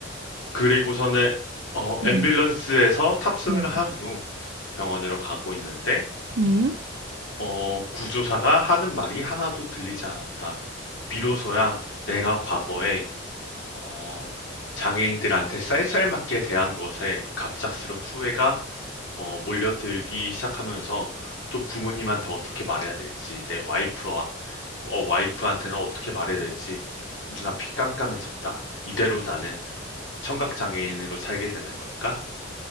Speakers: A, on the left; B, on the right.
A: 그리고서는 어, 앰뷸런스에서
B: 음.
A: 탑승을
B: 음.
A: 한후 병원으로 가고 있는데
B: 음.
A: 어, 구조사가 하는 말이 하나도 들리지 않았다. 비로소야 내가 과거에 어, 장애인들한테 쌀쌀맞게 대한 것에 갑작스런 후회가 어, 몰려들기 시작하면서 또 부모님한테 어떻게 말해야 될지 내 와이프와 어, 와이프한테는 어떻게 말해야 될지 눈앞이 깜깜해졌다. 이대로 나는 청각장애인으로 살게 되는 걸까?